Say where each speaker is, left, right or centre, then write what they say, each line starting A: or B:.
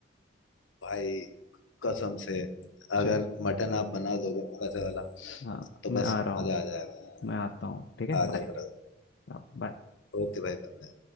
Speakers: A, on the left; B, on the left.
A: भाई कसम से
B: चल
A: अगर मटन आप बना दोगे ना वैसे वाला
B: हाँ
A: तो
B: मैं
A: बस
B: आ रहा हूँ
A: मजा आ जाएगा
B: मैं आता हूँ ठीक है
A: आ
B: बाय
A: जाओ ब्रदर
B: हाँ, बाय
A: ओके भाई बाय